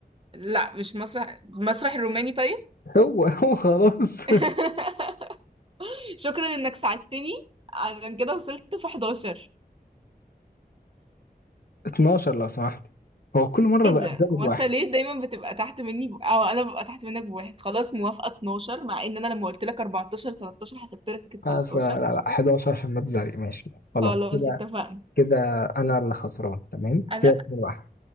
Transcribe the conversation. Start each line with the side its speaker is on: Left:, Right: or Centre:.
Right: لا مش مسرح مسرح الروماني طيب
Left: هو هو خلاص
Right: <laughs> شكرا انك ساعدتني عشان كده وصلت في 11
Left: 12 لو سمحت هو كل مرة
Right: ايه
Left: بقى
Right: ده
Left: زائد
Right: هو
Left: واحد
Right: انت ليه دايما بتبقى تحت مني ب... او انا ببقى تحت منك بواحد خلاص موافقة 12 مع ان انا لما قلت لك 14 13 حسبت لك ال
Left: خلاص
Right: 13
Left: لا لا
Right: قشطة
Left: لا 11 عشان ما تزعلي ماشي خلاص
Right: خلاص
Left: كده
Right: اتفقنا
Left: كده أنا اللي خسران تمام
Right: انا
Left: كده 2 واحد